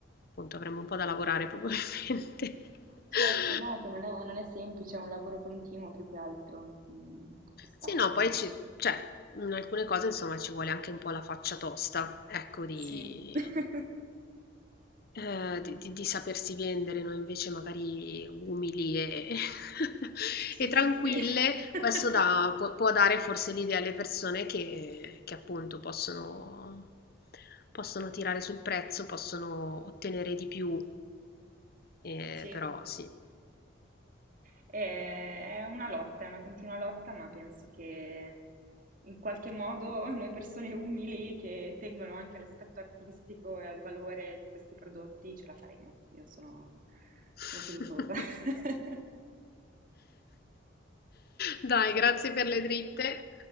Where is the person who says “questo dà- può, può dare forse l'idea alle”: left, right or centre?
Left